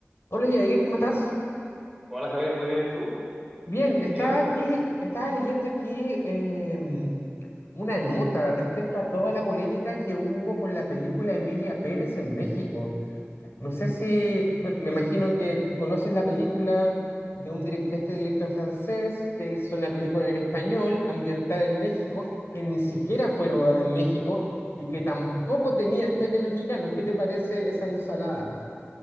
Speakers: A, on the left; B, in the centre.
A: Hola Yair, ¿cómo estás?
B: Hola Javier, muy bien. ¿Y tú?
A: Bien, estaba
B: ¿Qué me
A: aquí,
B: cuentas?
A: estaba leyendo aquí em, una nota respecto a toda la polémica que hubo con la película Emilia Pérez en México. No sé si, me, me imagino que conoces la película de, un direc- de este director francés que hizo una película en español ambientada en México, que ni siquiera fue rodada en México y que tampoco tenía actores mexicanos. ¿Qué te parece esa ensalada?